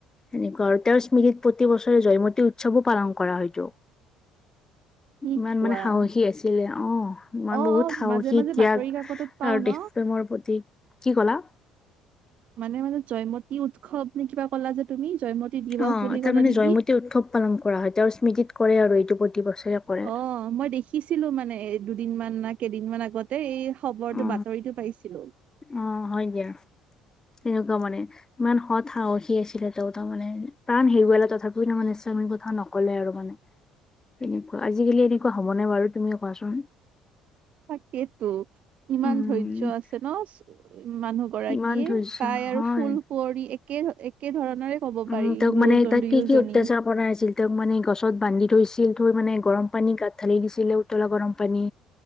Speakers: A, on the left; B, on the right.
A: এনেকুৱা আৰু তেওঁৰ স্মৃতিত প্ৰতি বছৰে জয়মতী উৎসৱো পালন কৰা হয়তো।
B: কি
A: ইমান
B: কোৱা।
A: মানে সাহসী আছিলে অ
B: অ
A: বহুত
B: অ
A: সাহসী
B: মাজে মাজে
A: ত্যাগ।
B: বাতৰি কাকতত পাও
A: আৰু
B: ন
A: দেশ প্ৰেমৰ প্ৰতি কি কলা?
B: মানে মানে জয়মতী উৎসৱ নে কিবা কলা যে তুমি জয়মতী? দিৱস
A: অ
B: বুলি
A: তাৰ
B: ক'লা
A: মানে
B: নেকি
A: জয়মতী উৎসৱ পালন কৰা হয় তেওঁৰ আৰু স্মৃতিত কৰে আৰু এইটো প্ৰতি বছৰে। কৰে
B: অ মই দেখিছিলো মানে দুদিন মান না কেইদিনমান আগত। এই খবৰটো
A: অ
B: বাতৰিটো পাইছিলো।
A: অ হয় দিয়া তেনেকুৱা মানে। ইমান সৎ সাহসী আছিলে তেওঁ তাৰ মানে প্ৰাণ হেৰুৱালে তথাপিও তাৰমানে স্বামীৰ কথা নক নকলে আৰু মানে তেনেকুৱা আজিকালি এনেকুৱা হ'ব নে বাৰু তুমি কোৱাচোন?
B: তাকেতো ইমান
A: উম
B: ধৈৰ্য্য আছে মানুহ গৰাকীয়ে
A: ইমান ধৈৰ্য
B: তাই আৰু
A: হয়
B: ফুল কুঁৱৰি একে একে ধৰণৰে ক'ব
A: উম
B: পাৰি
A: তেওঁক
B: দুয়োজন
A: মানে তাইক
B: দুয়োজনী
A: কি কি অত্যচাৰ কৰাই আছিল? তেওঁক মানে গছত বান্ধি থৈছিল থৈ মানে গৰম পানী গাত ঢালি দিছিলে উতলা গৰম পানী।